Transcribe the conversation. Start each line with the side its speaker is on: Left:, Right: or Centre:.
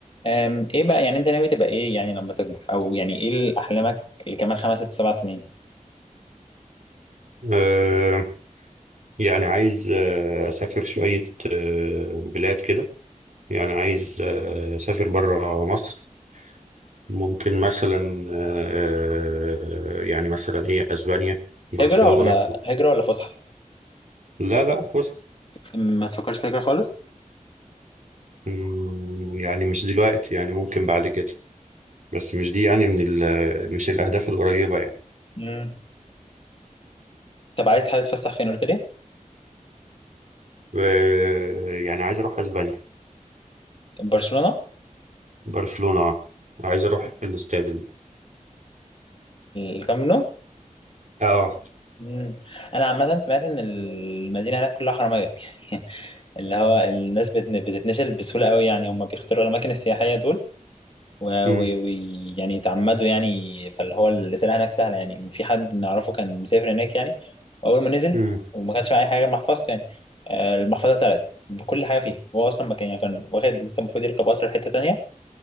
Left: أم، ايه بقى يعني انت ناوي تبقى ايه يعني لما تكبر او يعني ايه اللي احلامك اللي كمان خمس ست سبع سنين
Right: آه، يعني عايز آه، أسافر شوية آه، بلاد كده يعني عايز آه، أسافر برا مصر ممكن مثلا آه، يعني مثلا إيه أسبانيا برشلونة
Left: هجرة ولا هجرة ولا فسحة
Right: لا لا فسح
Left: ما تفكرش في هجرة خالص
Right: مم، يعني مش دلوقتي يعني ممكن بعد كده بس مش دي يعني من ال مش الأهداف القريبة يعني
Left: مم. طب عايز حابب تتفسح فين قلت لي
Right: آه، يعني عايز أروح أسبانيا
Left: برشلونة
Right: برشلونة آه. عايز أروح الاستاد ال-
Left: الكامب نو
Right: آه
Left: مم. انا عامة سمعت ان المدينة هناك كلها حرامية <laughs> اللي هو الناس بتن- بتتنشل بسهولة قوي يعني هم بيختاروا الاماكن السياحية دول ويعني
Right: مم،
Left: يتعمدوا يعني فاللي هو الرسالة هناك سهلة يعني في حد نعرفه كان مسافر هناك يعني أول ما نزل
Right: مم.
Left: وما كانش معاه أي حاجة غير محفظته يعني آه، المحفظة اتسرقت بكل حاجة فيها هو أصلا ما كان يعني كان واخد لسه المفروض يركب قطر لحتة تانية